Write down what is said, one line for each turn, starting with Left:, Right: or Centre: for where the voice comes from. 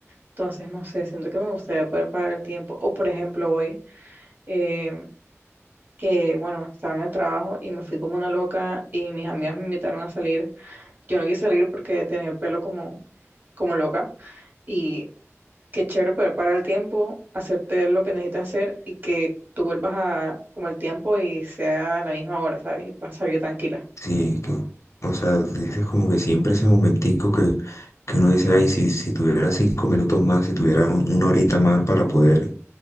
Right: Entonces, no sé, siento que me gustaría poder parar el tiempo. O, por ejemplo, hoy, eh, que, bueno, estaba en el trabajo y me fui como una loca y mis amigas me invitaron a salir. Yo no quise salir porque tenía el pelo como, como loca. y qué chévere poder parar el tiempo, hacerte lo que necesitas hacer y que tú vuelvas a como al tiempo y sea a la misma hora, ¿sabes? Y pasar yo tranquila.
Left: Sí, que, o sea, dices como que siempre ese momentico que, que uno dice, ay, si, si tuviera cinco minutos más, si tuviera un- una horita más para poder,